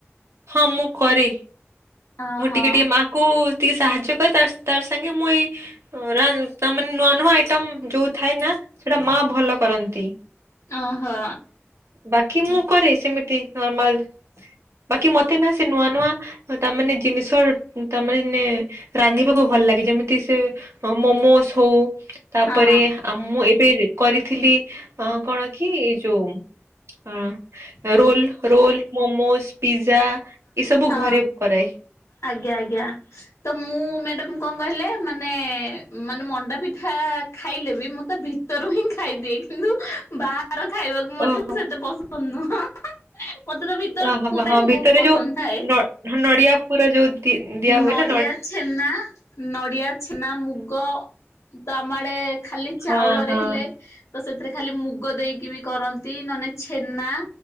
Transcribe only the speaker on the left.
ଓହୋ
ଓହୋ।
ହଁ
ହଁ
ହଁ
ଆଜ୍ଞା ଆଜ୍ଞା। ତ ମୁଁ ମ୍ୟାଡାମ କଣ କହିଲେ ମାନେ ମାନେ ମଣ୍ଡା ପିଠା ଖାଇଲେ ବି ମୁଁ ତା ଭି ଭରୁ ହିଁ ଖାଇଦିଏ, କିନ୍ତୁ ବାହା ହାର ଖାଇବାକୁ ମତେ
ସେତେ ପସନ୍ଦ ନୁହଁ। ମତେ ତା ଭିତର
ପୁରା
ହିଁ
ବହୁତ୍ ପସନ୍ଦ
ଥାଏ।
ନଡିଆ
ଛେନା ନଡିଆ, ଛେନା, ମୁଗ ତ ଆମ ଆଡେ ଖାଲି ଚାଉଳରେ
ହେଲେ ତ ସେଥିରେ ଖାଲି ମୁଗ ଦେଇକି ବି କରନ୍ତି ନନେ ଛେନା